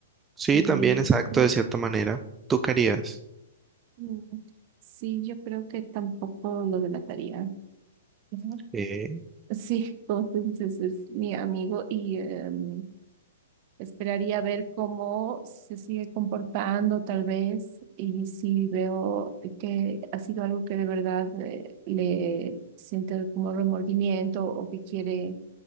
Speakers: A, on the right (about 15°); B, on the right (about 45°).
A: sí,
B: Y
A: también exacto,
B: ujú,
A: de cierta manera. ¿Tú querías?
B: mm, sí, yo creo que tampoco lo delataría. Ujú.
A: Eh,
B: Sí, <laughs> como tú dices, es mi amigo y em, Esperaría ver cómo se sigue comportando tal vez y si veo que ha sido algo que de verdad eh, le siente como remordimiento o que quiere,